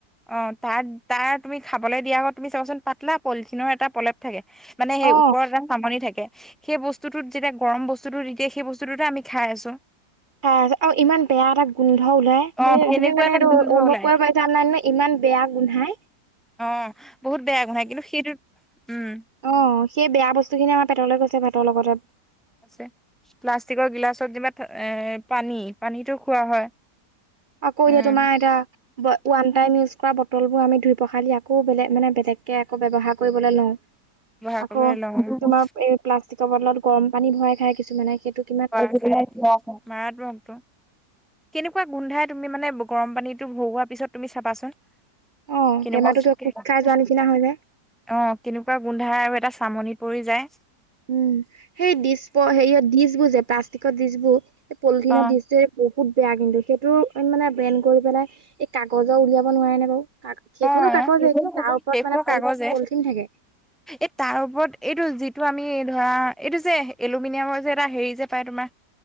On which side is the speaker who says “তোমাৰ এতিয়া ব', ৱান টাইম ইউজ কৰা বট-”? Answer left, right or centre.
Right